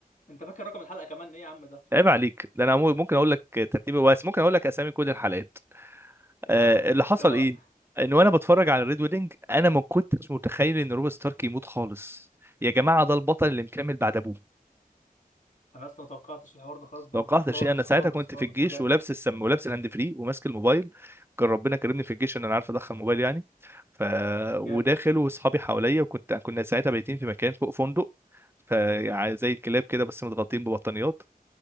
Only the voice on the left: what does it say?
انت فاكر رقم الحلقه كمان ايه يا عم ده
يا
لهوي عليك
اه
انا اصلا ما توقعتش الحوار ده خالص برضو
خالص
خالص
خالص
بجد
جامد